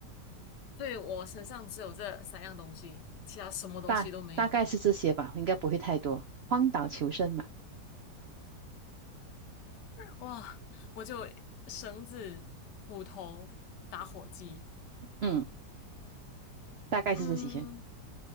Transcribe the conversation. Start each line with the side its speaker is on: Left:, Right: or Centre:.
Left: 所以我身上只有这三样东西，其他什么东西都没有。
Right: 大大概是这些吧，应该不会太多。荒岛求生嘛。
Left: 哇，我就绳子、斧头、打火机。
Right: 嗯，大概是这几天。
Left: 嗯，